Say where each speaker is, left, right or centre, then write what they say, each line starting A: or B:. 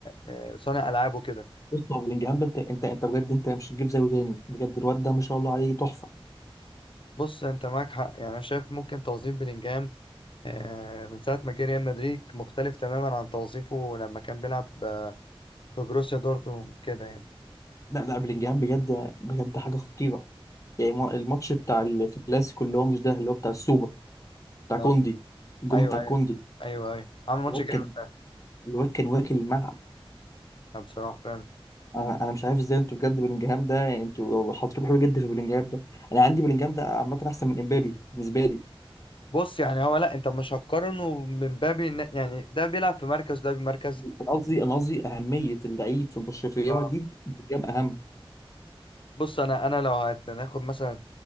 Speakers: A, on the left; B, on the left.
A: آه، صانع العاب وكده
B: بص هو بلينجهام ده انت انت انت بجد انت مش هتجيب زيه تاني بجد الواد ده ما شاء الله عليه تحفه
A: بص انت معاك حق يعني انا شايف ممكن توظيف بلينجهام آه، من ساعة ما جه ريال مدريد مختلف تماما عن توظيفه لما كان بيلعب آه، في بروسيا دورتموند كده يعني
B: لا لا بلينجهام بجد بجد حاجه خطيره يعني ما- الماتش بتاع الكلاسيكو اللي هو مش ده اللي هو بتاع السوبر بتاع كوندي
A: آه،
B: الجون
A: ايوه
B: بتاع كوندي
A: ايوه ايوه ايوه عامل ماتش
B: الواد
A: جامد
B: كان
A: فعلا
B: الواد كان واكل الملعب
A: آه، بصراحة فعلا
B: انا انا مش عارف ازاي انتوا بجد بلينجهام ده يعني انتوا حاطين حلو جدا في بلينجهام ده انا عندي بلينجهام ده عامه احسن من امبابي بالنسبه لي
A: بص يعني هو لا انت مش هتقارنه من باب إن- يعني ده بيلعب في مركز ده بمركز
B: أنا قصدي انا قصدي اهميه اللعيب في برشلونه في ريال
A: اه
B: مدريد بلينجهام اهم
A: بص انا انا لو هناخد مثلا